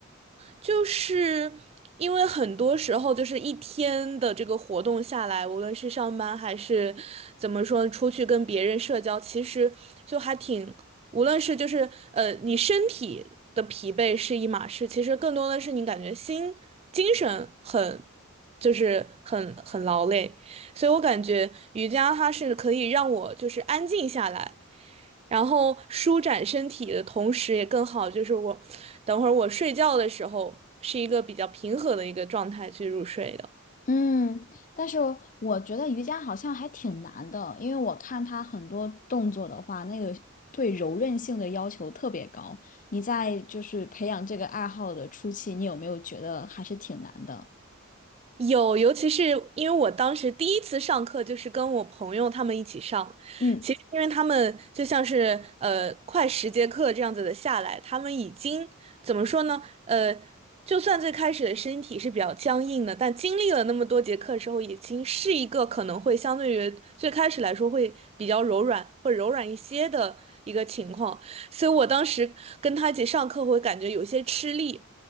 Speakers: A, on the right; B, on the left.
A: 就是因为很多时候，就是一天的这个活动下来，无论是上班还是怎么说，出去跟别人社交，其实就还挺，无论是就是呃，你身体的疲惫是一码事，其实更多的是你感觉心精神很，就是很很劳累。所以我感觉瑜伽它是可以让我就是安静下来，然后舒展身体的同时也更好，就是我等会儿我睡觉的时候是一个比较平和的一个状态去入睡的。
B: 嗯，但是我觉得瑜伽好像还挺难的，因为我看它很多动作的话，那个对柔韧性的要求特别高。你在就是培养这个爱好的初期，你有没有觉得还是挺难的？
A: 有，尤其是因为我当时第一次上课就是跟我朋友他们一起上，
B: 嗯。
A: 其实因为他们就像是呃快十节课这样子的下来，他们已经怎么说呢？呃，就算最开始的身体是比较僵硬的，但经历了那么多节课之后，已经是一个可能会相对于最开始来说会比较柔软，会柔软一些的一个情况。所以我当时跟他一起上课会感觉有些吃力。